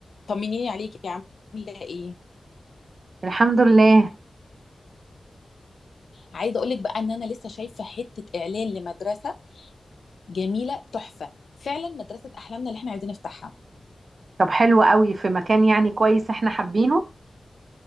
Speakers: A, on the left; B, on the right.
A: طمنيني عليكي عامله ايه
B: الحمد لله
A: عايزه اقولك بقى ان انا لسه شايفه حته اعلان لمدرسه جميله تحفه فعلا مدرسه احلامنا اللي احنا عايزين نفتحها
B: طب حلو قوي في مكان يعني كويس احنا حابينه